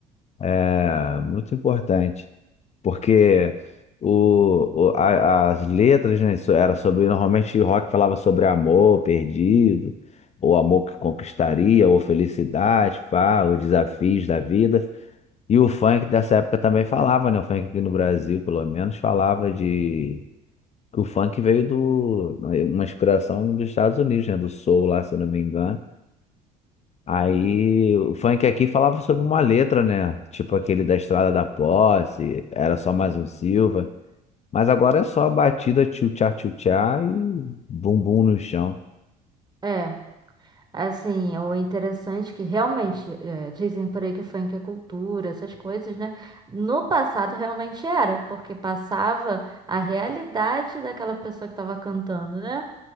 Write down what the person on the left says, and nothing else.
É muito importante, porque o, o- a- as letras, né, so- era sobre, normalmente o rock falava sobre amor perdido, ou amor que conquistaria, ou felicidade, pá, os desafios da vida. E o funk dessa época também falava, né? O funk aqui no Brasil, pelo menos, falava de. que O funk veio do. Uma inspiração dos Estados Unidos, né? Do soul lá, se eu não me engano. Aí o funk aqui falava sobre uma letra, né? Tipo aquele da Estrada da Posse, era só mais um Silva. Mas agora é só a batida tchutchá tchutchá e bumbum no chão.